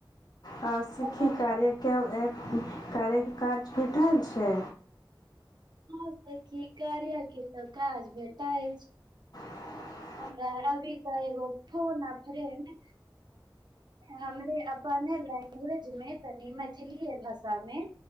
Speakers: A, on the left; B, on the right.
A: आ सिखी
B: बाबा
A: कार्य के प करैके काज भेटल छै
B: ह सब की कार्या के त काज भेटाय अछि
A: ह
B: हमरा अभी तऽ एगो फोन आ फ्रेंड हमरे अपन लैंग्वेज मे तनि मैथिलीऐ भाषा मे